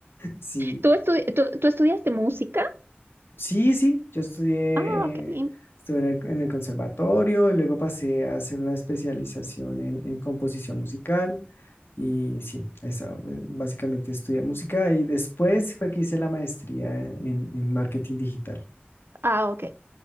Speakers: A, on the left (about 70°); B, on the right (about 65°).
A: Sí,
B: ¿Tú, estu- tú- tú estudiaste música?
A: Sí, sí, yo estudié,
B: Ah, qué lindo.
A: eh, estuve en el, en el conservatorio y luego pasé a hacer una especialización en, en composición musical y sí, eso, eh, básicamente estudié música y después fue que hice la maestría en, en marketing digital.
B: Ah, ok.